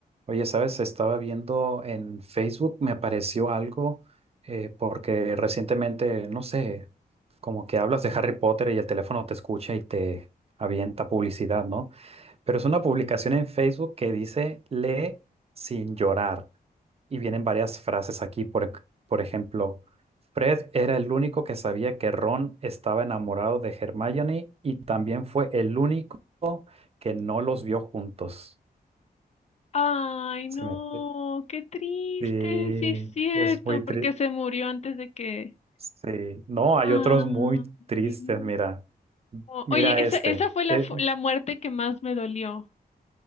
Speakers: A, on the right; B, on the left.
A: Oye, ¿sabes? Estaba viendo en Facebook, me apareció algo, eh, porque recientemente, no sé, como que hablas de Harry Potter y el teléfono te escucha y te avienta publicidad, ¿no? Pero es una publicación en Facebook que dice, lee sin llorar. Y vienen varias frases aquí, por, ec- por ejemplo, Fred era el único que sabía que Ron estaba enamorado de Hermione y también fue el único que no los vio juntos.
B: Ay, no,
A: Se me...
B: qué triste,
A: Sí,
B: sí es cierto,
A: es muy
B: porque
A: triste.
B: se murió antes de que...
A: Sí. No, hay
B: ah,
A: otros muy tristes,
B: Ay, no.
A: mira.
B: Oye,
A: Mira
B: esa,
A: este.
B: esa fue la,
A: Eh,
B: fu- la muerte que más me dolió